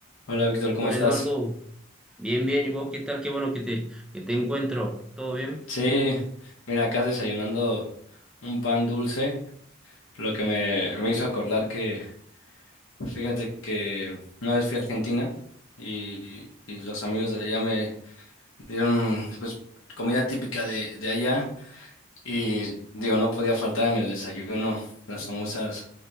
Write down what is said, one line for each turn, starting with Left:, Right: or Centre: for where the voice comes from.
Left: Hola Víctor, ¿cómo
Centre: Hola
Left: estás?
Centre: Eduardo, bien, bien, ¿y vos qué tal? Qué bueno que te, que te encuentro, ¿todo bien?
Left: Sí, mira, acá desayunando un pan dulce, lo que me, me hizo acordar que, fíjate que una vez fui a Argentina y, y los amigos de allá me dieron pues comida típica de, de allá y digo, no podía faltar en el desayuno las famosas